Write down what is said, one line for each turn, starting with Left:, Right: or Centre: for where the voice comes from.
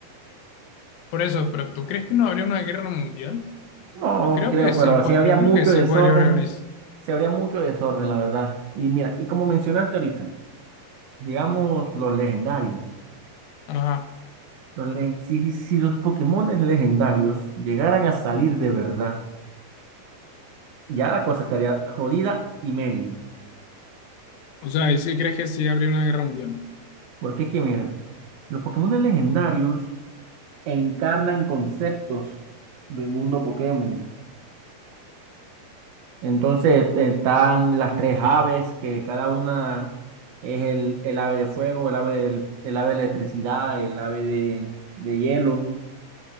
Left: Por eso, pero ¿tú crees que no habría una guerra mundial?
Right: No
Left: Yo creo
Right: creo,
Left: que
Right: pero
Left: sí, po-
Right: sí habría
Left: yo
Right: mucho
Left: creo que sí
Right: desorden.
Left: podría organizar.
Right: Sí habría mucho desorden, la verdad. Y mira, y como mencionaste ahorita, digamos los legendarios.
Left: Ajá.
Right: Los le- si, si si los Pokémones legendarios llegaran a salir de verdad, ya la cosa estaría jodida y medio.
Left: O sea, ¿y sí crees que sí habría una guerra mundial?
Right: Porque es que mira, los Pokémones legendarios encarnan conceptos del mundo Pokémon. Entonces eh, están las tres aves, que cada una es el, el ave de fuego, el ave de, el ave de electricidad, el ave de, de hielo.